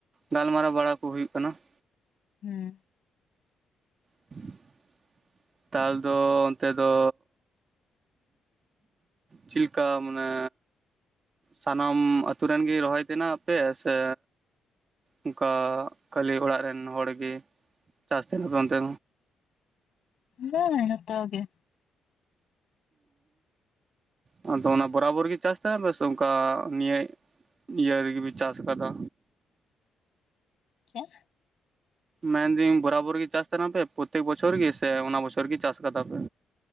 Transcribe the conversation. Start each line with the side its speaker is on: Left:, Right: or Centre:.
Right: ᱜᱟᱞᱢᱟᱨᱟᱣ ᱵᱟᱲᱟ ᱠᱚ ᱦᱩᱭᱩᱜ ᱠᱟᱱᱟ ᱾
Left: ᱦᱩᱸ,
Right: <unintelligible> ᱛᱟᱞ ᱫᱚ ᱚᱱᱛᱮ ᱫᱚ, ᱪᱤᱞ ᱞᱮᱠᱟ ᱢᱟᱱᱮ? ᱥᱟᱱᱟᱢ ᱟᱹᱛᱩ ᱨᱮᱱ ᱜᱤ ᱨᱚᱦᱚᱭ ᱛᱮᱱᱟ ᱯᱮ ᱥᱮ? ᱚᱝᱠᱟ ᱠᱷᱟᱹᱞᱤ ᱚᱲᱟᱜ ᱨᱮᱱ ᱦᱚᱲ ᱜᱮ ᱪᱟᱥ ᱛᱟᱦᱮᱱᱟ ᱚᱱᱛᱮ,
Left: ᱵᱟᱝᱼᱟ ᱡᱚᱛᱚ ᱜᱮ,
Right: ᱚᱻ ᱟᱫᱚ ᱚᱱᱟ ᱵᱚᱨᱟᱵᱳᱨ ᱜᱮ ᱪᱟᱥ ᱛᱟᱦᱮ ᱚᱝᱠᱟ ᱱᱤᱭᱟᱹ, ᱤᱭᱟᱹ ᱨᱮ ᱜᱮ ᱯᱮ ᱪᱟᱥ ᱟᱠᱟᱫᱟ?
Left: ᱪᱮᱫ?
Right: ᱢᱮᱱᱫᱟᱹᱧ ᱵᱚᱨᱟᱵᱳᱨ ᱜᱮ ᱪᱟᱥ ᱛᱟᱦᱮᱱᱟ ᱯᱮ ᱥᱮ ᱯᱨᱚᱛᱛᱮᱠ ᱵᱚᱪᱷᱚᱨ ᱜᱮ ᱥᱮ ᱚᱱᱟ ᱵᱚᱪᱷᱚᱨ ᱜᱮ ᱪᱟᱥ ᱠᱟᱫᱟ ᱯᱮ?